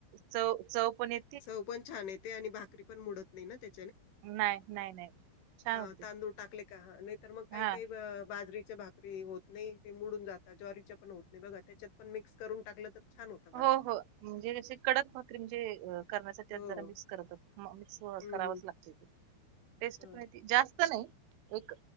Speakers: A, on the right; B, on the left.
A: चव चव पण य
B: चव पण छान येते आणि भाकरी पण मोडत नाही ना त्या
A: नाही नाही नाही छान
B: हां,
A: होते
B: तांदूळ टाकले का नाही तरर मग काही
A: हा
B: काही बाजरी भाकरी होत नाही तेडून जात ज्वारीच्या पण होत नाही बघा त्याच्यात पण मिक्स करून टाकलं तर छान होतं भाकरी.
A: हो हो म्हणजे कडक भाकरी म्हणजे
B: हो.
A: ज मिक्स करत मिक्स
B: हं,
A: कराच
B: हं.
A: लागत टेस्ट
B: हं.
A: पण जास्त नाही एक